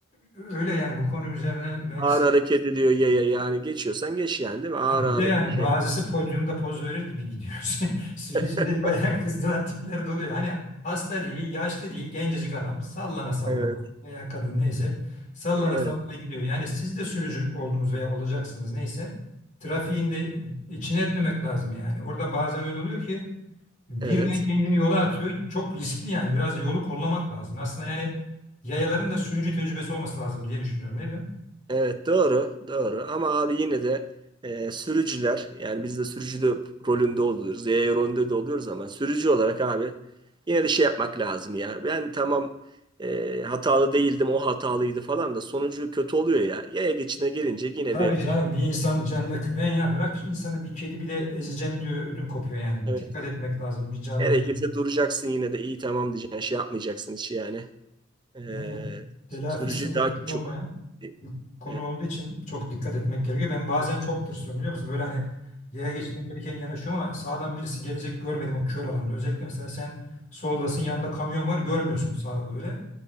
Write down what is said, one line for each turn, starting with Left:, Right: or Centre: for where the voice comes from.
Left: öyle yani bu konu üzerine belki
Right: Ağır hareket ediyor yaya yani geçiyorsan geç yani değil mi? Ağır
Left: Ha bir
Right: ağır
Left: de yani
Right: şey.
Left: bazısı podyumda poz verir gibi gidiyor. <laughs> Sürücüleri
Right: <laughs>
Left: bayağı kızdıran tipler de oluyor. Hani hasta değil, yaşlı değil, gencecik adam sallana sallana
Right: Evet.
Left: veya kadın neyse sallana
Right: Evet.
Left: sallana gidiyor. Yani siz de sürücü oldunuz veya olacaksınız neyse trafiğin de içine etmemek lazım yani. Orada bazen öyle oluyor ki birden
Right: Evet.
Left: kendini yola atıyor. Çok riskli yani biraz yolu kollamak lazım. Aslında yani yayaların da sürücü tecrübesi olması lazım diye düşünüyorum. Ne diyorsun?
Right: Evet doğru doğru ama abi yine de e, sürücüler yani biz de sürücü de rolünde oluyoruz. Yaya rolünde de oluyoruz ama sürücü olarak abi yine de şey yapmak lazım ya. Ben tamam e, hatalı değildim o hatalıydı falan da sonucu kötü oluyor ya. Yaya geçidine gelince yine
Left: Tabii
Right: bir
Left: canım bir insan canına ben ya bırak insanı bir kedi bile ezeceğim diyor ödüm kopuyor yani.
Right: evet
Left: Dikkat etmek lazım bir canlıya.
Right: gerekirse duracaksın yine de iyi tamam diyeceksin şey yapmayacaksın hiç yani. E,
Left: Ne- Evet, telafisi
Right: sürücü
Left: mümkün
Right: daha çok.
Left: olmayan bir konu
Right: Evet.
Left: olduğu için çok dikkat etmek gerekiyor. Ben bazen çok tırsıyorum biliyor musun? Böyle hani yaya geçidine gelirken yanaşıyorum ama sağdan birisi gelecek görmedim o kör alanda. Özellikle mesela sen soldasın yanında kamyon var görmüyorsun sağa böyle.